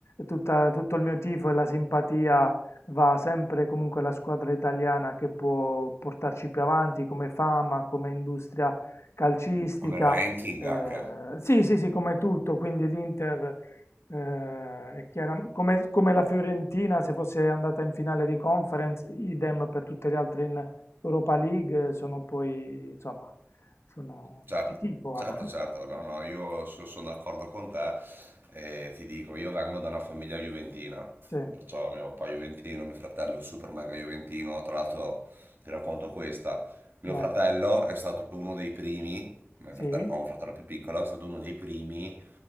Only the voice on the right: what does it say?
Come ranking
anche,
certo,
certo,
certo, no, no, io so- sono d'accordo con te e ti dico, io vengo da una famiglia juventina,
perciò mio papà juventino, mio fratello super mega juventino, tra l'altro ti racconto questa, mio
fratello è stato uno dei primi, mio
fratello- ho un fratello più piccolo, è stato uno dei primi